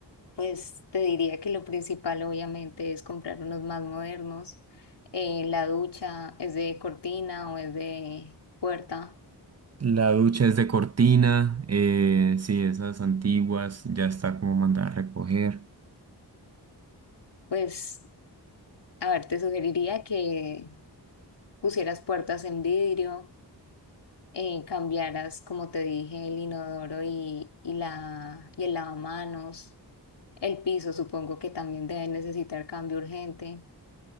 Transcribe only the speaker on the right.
La ducha es de cortina, eh, sí, esas antiguas, ya está como mandada a recoger.